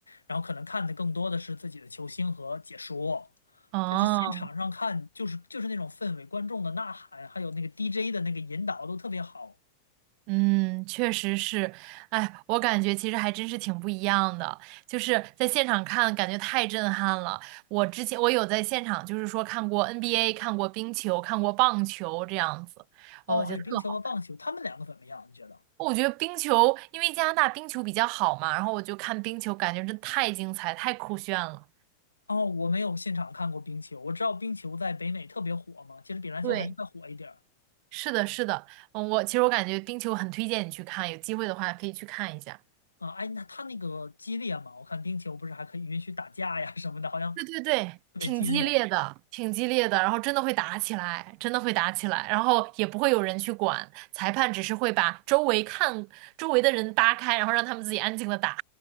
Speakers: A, on the left; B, on the right.
A: 然后可能看的更多的是自己的球星和解说，
B: 哦、
A: 但是现场上看就是就是那种氛围，观众的呐喊，还有那个 DJ 的那个引导都特别好。
B: 嗯，确实是，哎，我感觉其实还真是挺不一样的，就是在现场看，感觉太震撼了。我之前我有在现场，就是说看过 NBA，看过冰球，看过棒球这样子，
A: 哦，
B: 哦，我觉得特好。
A: 还有冰球和棒球，他们两个怎么样？你觉得？
B: 我觉得冰球，因为加拿大冰球比较好嘛，然后我就看冰球，感觉真太精彩，太酷炫了。
A: 哦，我没有现场看过冰球，我知道冰球在北美特别火嘛，其实比篮球还要再火一点儿。
B: 对，是的，是的，嗯，我其实我感觉冰球很推荐你去看，有机会的话可以去看一下。
A: 啊，哎，那他那个激烈嘛，我看冰球不是还可以允许打架呀什么的，好像特
B: 对对对，挺激烈的，
A: 别激烈。
B: 挺激烈的，然后真的会打起来，真的会打起来，然后也不会有人去管，裁判只是会把周围看周围的人扒开，然后让他们自己安静的打，